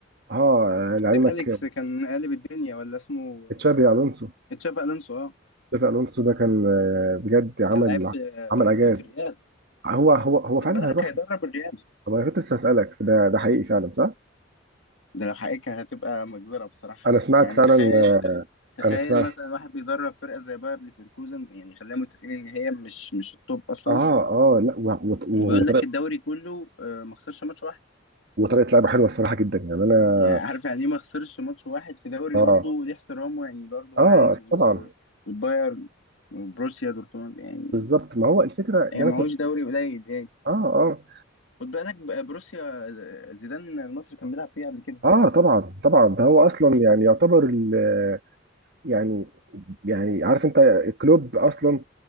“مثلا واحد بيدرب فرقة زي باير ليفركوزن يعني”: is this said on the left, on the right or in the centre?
Left